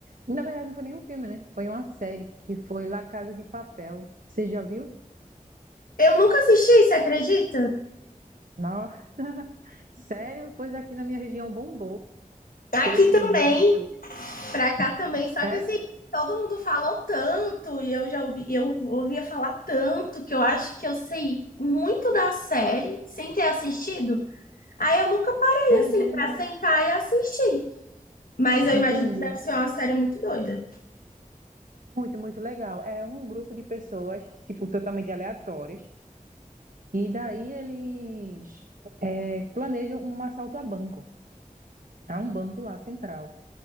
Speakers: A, on the right (about 70°); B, on the left (about 85°).
A: Na verdade, não foi nem um filme, né? Foi uma série que foi La Casa de Papel. Você já viu?
B: Eu nunca assisti, você acredita?
A: Nossa, <laughs> sério? Pois aqui na minha região bombou.
B: Aqui
A: Todo
B: também,
A: mundo assistiu.
B: pra cá também, só
A: Sério?
B: que assim, todo mundo falou tanto e eu já ouvi, eu ouvia falar tanto que eu acho que eu sei muito da série sem ter assistido. Aí eu nunca parei
A: Meu
B: assim
A: Deus,
B: pra sentar e assistir. Mas eu
A: entendi.
B: imagino que deve ser uma série muito doida.
A: Muito, muito legal. É um grupo de pessoas, tipo, totalmente aleatórias E daí eles é, planejam um assalto a banco, a um banco lá central.